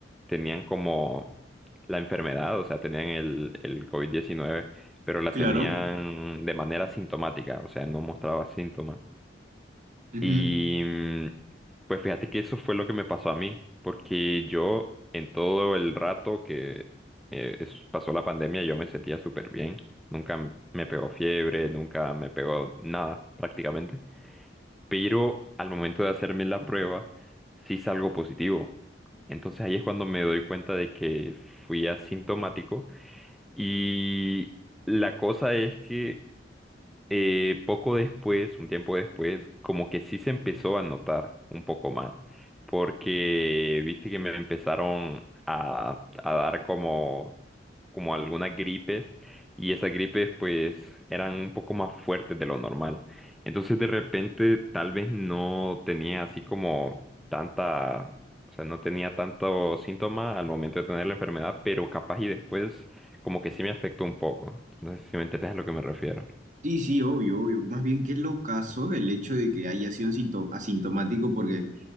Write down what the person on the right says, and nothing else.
claro.
Ujú.
Sí, sí, obvio, obvio. Más bien que lo caso el hecho de que haya sido asinto- asintomático, porque